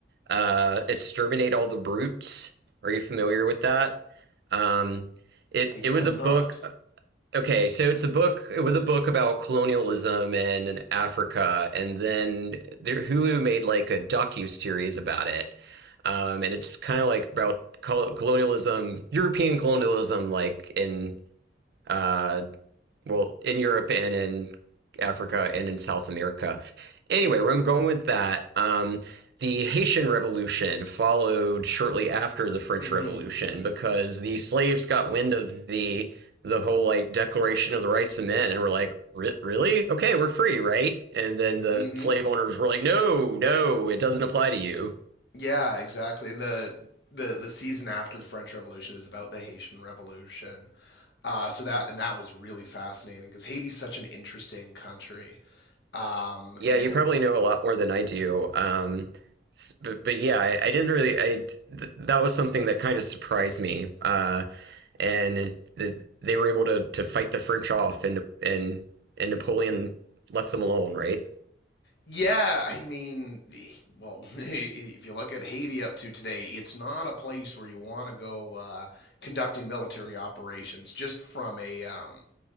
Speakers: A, on the right; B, on the left.
A: Uh, Exterminate All the Brutes. Are you familiar with that? Um, it
B: I,
A: it was
B: I'm
A: a book.
B: not.
A: uh, Okay, so it's a book. It was a book about colonialism in Africa, and then there, Hulu made like a docu series about it, um, and it's kind of like about colonialism, European colonialism, like in uh, well, in Europe and in Africa and in South America. Anyway, where I'm going with that, um, the Haitian Revolution followed shortly after the French
B: Mm-hmm.
A: Revolution because the slaves got wind of the the whole like Declaration of the Rights of Men and were like, really? Okay, we're free, right? And then the
B: Mm-hmm.
A: slave owners were like, no, no, it doesn't apply to you.
B: Yeah, exactly. And the the the season after the French Revolution is about the Haitian Revolution. Uh, so that and that was really fascinating because Haiti's such an interesting country. Um,
A: Yeah,
B: and
A: you probably know a lot more than I do. Um, s- but, but yeah, I, I didn't really. I d th that was something that kind of surprised me. Uh, and the, they were able to to fight the French off, and and and Napoleon left them alone, right?
B: Yeah, I mean, well, <laughs> if you look at Haiti up to today, it's not a place where you want to go uh, conducting military operations just from a um,